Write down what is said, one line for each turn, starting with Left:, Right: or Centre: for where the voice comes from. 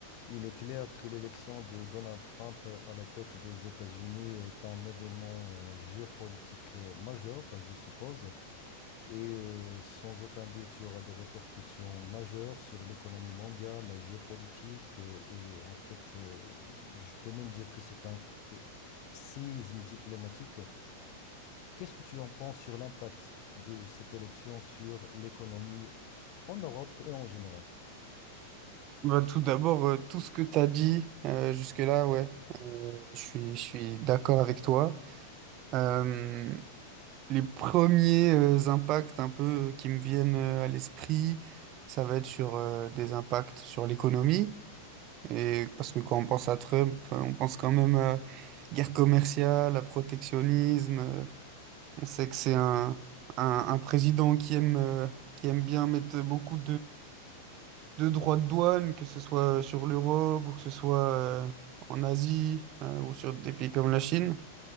Left: Il est clair que l'élection de Donald Trump à la tête des États-Unis est un événement euh, géopolitique euh, majeur, je suppose, et euh, sans aucun doute, il y aura des répercussions majeures sur l'économie mondiale, la géopolitique, euh, et en fait, euh, je peux même dire que c'est un que- séisme diplomatique. Qu'est-ce que tu en penses sur l'impact de cette élection sur l'économie en Europe et en général?
Right: Bah, tout d'abord, euh, tout ce que tu as dit euh, jusque-là, ouais, euh, je suis, je suis d'accord avec toi. Euh, les premiers euh, impacts un peu euh, qui me viennent euh, à l'esprit, ça va être sur euh, des impacts sur l'économie. Et parce que quand on pense à Trump, euh, on pense quand même à guerre commerciale, à protectionnisme. euh, on sait que c'est un, un, un président qui aime, euh, qui aime bien mettre beaucoup de droits de douane, que ce soit sur l'Europe ou que ce soit euh, en Asie euh, ou sur des pays comme la Chine.